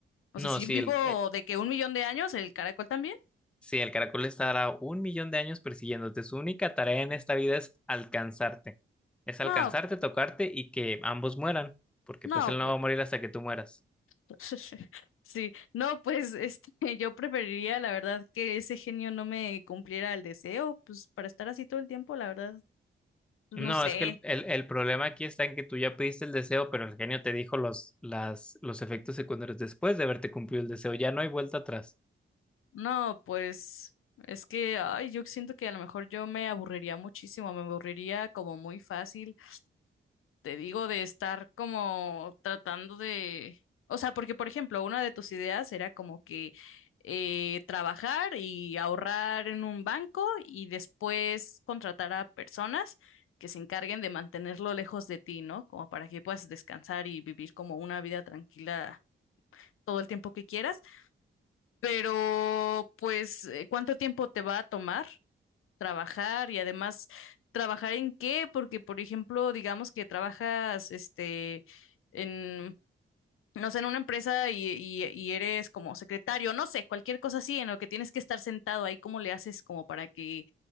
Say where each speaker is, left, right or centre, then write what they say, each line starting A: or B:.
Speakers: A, on the left; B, in the centre.
A: O
B: No,
A: sea, si
B: si
A: yo vivo
B: el, eh,
A: de que un millón de años, el caracol también.
B: si el caracol estará un millón de años persiguiéndote, su única tarea en esta vida es alcanzarte. Es alcanzarte,
A: No,
B: tocarte y que ambos mueran, porque
A: no,
B: pues él
A: pues.
B: no va a morir hasta que tú mueras.
A: <laughs> Sí, no, pues este, <laughs> yo preferiría, la verdad, que ese genio no me cumpliera el deseo, pues para estar así todo el tiempo, la verdad, pues,
B: No,
A: no sé.
B: es que el, el- el problema aquí está en que tú ya pediste el deseo, pero el genio te dijo los, las, los efectos secundarios después de haberte cumplido el deseo. Ya no hay vuelta atrás.
A: No, pues es que, ay, yo siento que a lo mejor yo me aburriría muchísimo, me aburriría como muy fácil te digo, de estar como tratando de, o sea, porque por ejemplo, una de tus ideas era como que eh, trabajar y ahorrar en un banco y después contratar a personas que se encarguen de mantenerlo lejos de ti, ¿no? Como para que puedas descansar y vivir como una vida tranquila todo el tiempo que quieras. Pero, pues, eh, ¿cuánto tiempo te va a tomar? trabajar y además trabajar en qué, porque por ejemplo, digamos que trabajas este en no sé, en una empresa y, y, y eres como secretario, no sé, cualquier cosa así en lo que tienes que estar sentado ahí, ¿cómo le haces como para que,